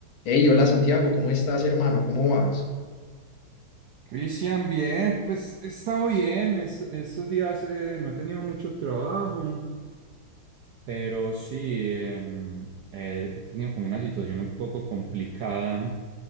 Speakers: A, on the left (about 70°); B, on the right (about 90°).
A: Hey, hola Santiago, ¿cómo estás, hermano? ¿Cómo vas?
B: Cristian, bien, pues he estado bien. es- estos días eh, no he tenido mucho trabajo, pero sí, em, eh, he tenido como una situación un poco complicada